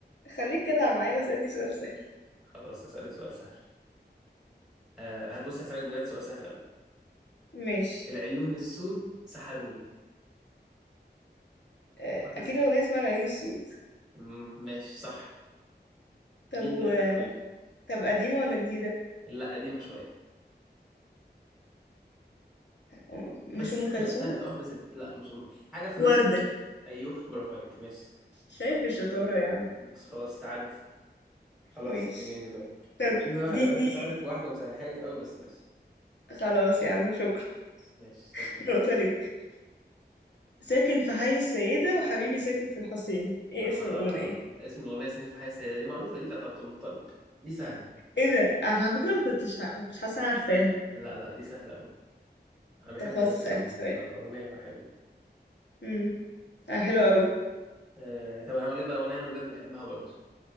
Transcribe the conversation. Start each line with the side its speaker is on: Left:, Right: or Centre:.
Left: خليك جدع معايا واسألني سؤال سهل
Centre: خلاص هسالك سؤال سهل أه بص هسالك بجد سؤال سهل قوي
Left: ماشي
Centre: العيون السود سحروني
Left: أه
Centre: واحده
Left: أكيد
Centre: ست
Left: أغنية اسمها العين السود
Centre: مم، ماشي صح
Left: طب
Centre: مين
Left: و...
Centre: اللي غناها طيب
Left: طب قديمة ولا جديدة
Centre: لا قديمه شويه
Left: آه، مش
Centre: بس
Left: أم
Centre: سهله
Left: كلثوم
Centre: سهله واحده ست لا مش م- حاجه في
Left: وردة
Centre: نفس ايوه برافو عليك ماشي
Left: شايف الشطارة يا عم
Centre: ماشي خلاص تعدي خلاص
Left: ماشي
Centre: اسأليني انت طيب
Left: طب
Centre: مع ان انا خلي
Left: دي
Centre: بالك
Left: دي
Centre: مساعدك في واحده ومسهلها لك قوي بس ماشي
Left: خلاص يا عم شكرا
Centre: ماشي طب
Left: <laughs>
Centre: قولي
Left: نقطة
Centre: لي.
Left: ليك ساكن في حي السيدة وحبيبي ساكن في الحسين ايه
Centre: آه
Left: اسم الأغنية؟
Centre: اسم الأغنية ساكن في حي السيدة دي معروفة دي بتاعت عبد المطلب دي سهله
Left: ايه ده؟ أنا على فكرة ما كنتش ح- ما كنتش حاسة أنا عارفاها
Centre: لا لا دي سهلة أوي أنا بحب
Left: طب خلاص
Centre: الأغنية
Left: اسألني
Centre: دي عامة
Left: سؤال
Centre: فأغنية حلوة
Left: امم آه، حلو قوي
Centre: آه طب أنا هقول لك بقى أغنية أنا بجد بحبها برضو